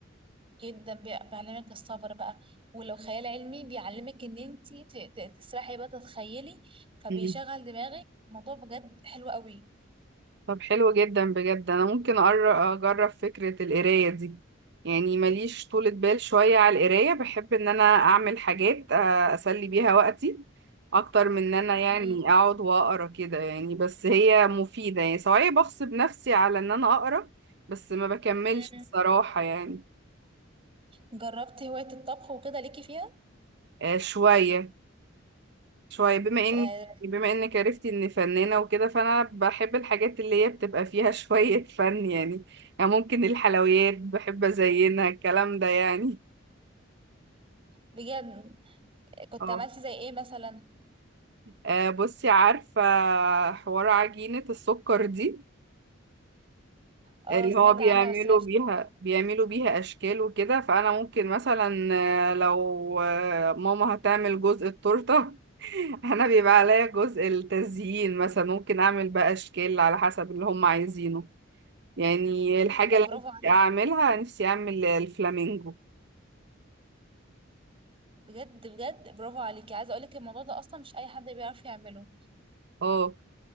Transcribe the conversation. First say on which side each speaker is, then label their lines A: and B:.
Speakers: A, on the right; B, on the right.
A: جدا بي- بيعلمك الصبر بقى ولو خيال علمي بيعلمك ان انت ت- ت- تسرحي بقى تتخيلي فبيشغل
B: مم.
A: دماغك الموضوع بجد حلو قوي
B: طب حلو جدا بجد انا ممكن أقر- اجرب فكرة القراية دي يعني ماليش طولة بال شوية على القراية بحب ان انا اعمل حاجات آه، اسلي بيها وقتي اكتر من ان انا يعني
A: مم.
B: اقعد واقرا كده يعني بس هي مفيدة يعني سواء بغصب نفسي على ان انا اقرا بس ما بكملش
A: مم.
B: الصراحة يعني
A: جربت هواية الطبخ وكده ليكي فيها
B: آه، شوية شوية بما ان
A: آه،
B: بما انك عرفتي اني فنانة وكده فانا بحب الحاجات اللي هي بتبقى فيها <laughs> شوية فن يعني يعني ممكن الحلويات بحب ازينها الكلام ده يعني
A: بجد كنت
B: اه
A: عملتي زي ايه مثلا
B: آه، بصي عارفة حوار عجينة السكر دي
A: اه
B: اللي
A: سمعت
B: هو بيعملوا
A: عنها بس ما عرفتش
B: بيها
A: أعملها.
B: بيعملوا بيها اشكال وكده فانا ممكن مثلا آه، لو آه، ماما هتعمل جزء التورته <laughs> انا بيبقى عليا جزء التزيين مثلا ممكن اعمل بقى اشكال على حسب اللي هم عايزينه يعني الحاجه
A: طب
B: اللي
A: برافو
B: أنا نفسي
A: عليك
B: اعملها نفسي اعمل الفلامينجو
A: بجد بجد برافو عليكي عايزه اقولك الموضوع ده اصلا مش اي حد بيعرف يعمله
B: اه